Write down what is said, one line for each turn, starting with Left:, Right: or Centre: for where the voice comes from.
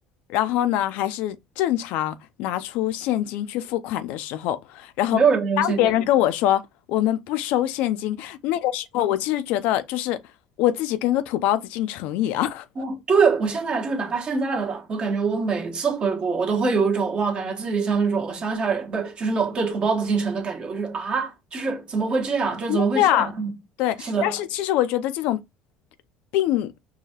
Left: 然后呢还是正常拿出现金去付款的时候，然后当别人跟我说我们不收现金，
Right: 没有人用现金。
Left: 那个时候我其实觉得就是我自己跟个土包子进城一样。
Right: 哦，对，我现在就是哪怕现在了吧，我感觉我每次回国，我都会有一种哇，感觉自己像那种乡下人，不是，就是那种对土包子进城的感觉。我就是啊，就是怎么会这样？就是怎么会这样？
Left: 肯定这样，
Right: 嗯是的，
Left: 对。但是其实我觉得这种并